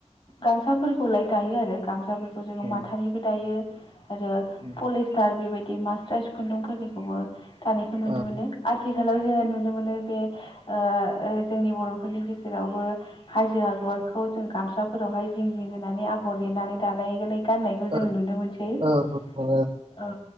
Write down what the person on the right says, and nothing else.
उम
उम
ओ
ओ
ओ ओ ओ